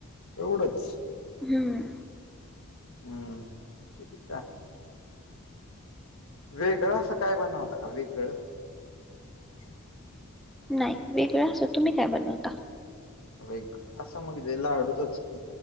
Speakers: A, on the left; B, in the centre.
A: एवढंच?
B: हम्म.
A: हम्म ठीक हाय. वेगळं असं काय बनवता का? वेगळं <inaudible>
B: नाई वेगळं असं तुम्ही काय बनवता?
A: वेगल असं मग लाडूचच की